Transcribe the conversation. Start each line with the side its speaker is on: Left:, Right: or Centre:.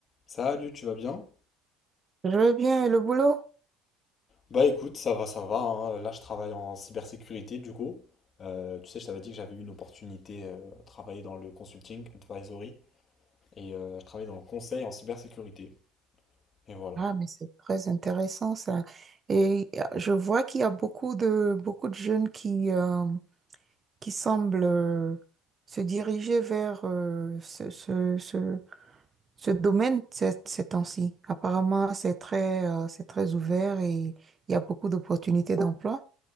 Left: Salut, tu vas bien?
Right: Je veux bien, et le boulot?
Left: Bah écoute, ça va, ça va. hein. Là, je travaille en cybersécurité du coup. Euh, tu sais, je t'avais dit que j'avais eu une opportunité euh, à travailler dans le consulting advisory et euh, je travaille dans le conseil en cybersécurité. Et voilà.
Right: Ah, mais c'est très intéressant ça. Et euh, je vois qu'il y a beaucoup de, beaucoup de jeunes qui, euh, qui semblent euh, se diriger vers euh, ce, ce, ce, ce domaine ces, ces temps-ci. Apparemment, c'est très, euh, c'est très ouvert et il y a beaucoup d'opportunités d'emploi.